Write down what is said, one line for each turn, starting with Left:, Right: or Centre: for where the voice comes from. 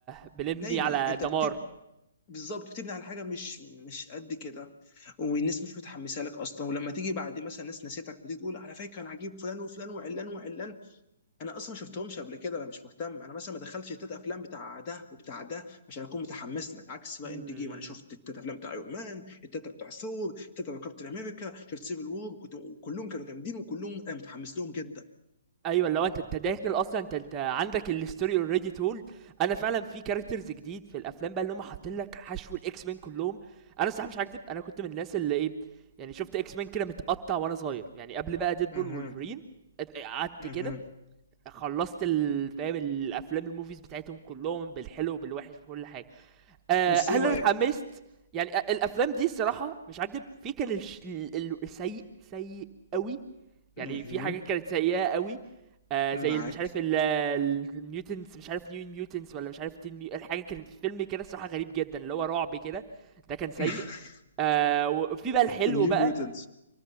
Right: بنبني
Left: نايمه
Right: على
Left: انت
Right: دمار
Left: بالظبط بتبني على حاجه مش مش قد كده والناس مش متحمسه لك اصلا ولما تيجي بعد مثلا ناس نسيتك وتيجي تقول على فكره انا عجيب فلان وفلان وعلان وعلان انا اصلا ما شفتهمش قبل كده انا مش مهتم انا مثلا ما دخلتش التلات افلام بتاع ده وبتاع ده عشان اكون متحمس لك عكس بقى
Right: مم.
Left: اند جيم انا شفت التلات افلام بتاع ايرون مان التلات بتاع ثور التلات بتاع كابتن امريكا شفت سيفل وور كنت كلهم كانوا جامدين وكلهم انا متحمس لهم جدا
Right: ايوه لو انت انت داخل اصلا انت انت عندك الاستوري اوريدي تولد انا فعلا في كاركترز جديد في الافلام بقى اللي هم حاطين لك حشو الاكس مين كلهم انا الصراحه مش هكدب انا كنت من الناس اللي ايه يعني شفت اكس مين كده متقطع وانا صغير يعني قبل بقى ديدبول
Left: اها
Right: وولفرين ات- قعدت
Left: اها
Right: كده خلصت ال- فاهم الافلام الموفيز بتاعتهم كلهم بالحلو وبالوحش بكل حاجه أه
Left: بس
Right: هل
Left: ايه رايك؟
Right: انا اتحمست يعني أ- الافلام دي الصراحه مش هكدب في كان الش- ال- ال- السيء سيء قوي يعني
Left: اها
Right: في حاجات كانت سيئة قوي آه
Left: معاك
Right: زي مش عارف ال- ال- الميوتنتس مش عارف نيو ميوتنتس ولا مش عارف تين ميو... الحاجة كانت في فيلم كده الصراحة غريب جدا اللي هو رعب كده ده كان سيء
Left: <laughs>
Right: آه وفي بقى الحلو
Left: النيو
Right: بقى
Left: ميوتنتس